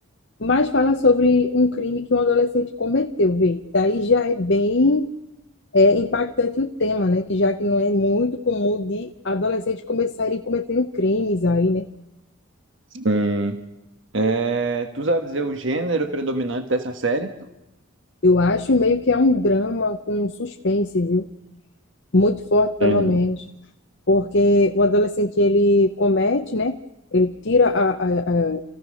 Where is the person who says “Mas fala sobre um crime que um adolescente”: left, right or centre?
Left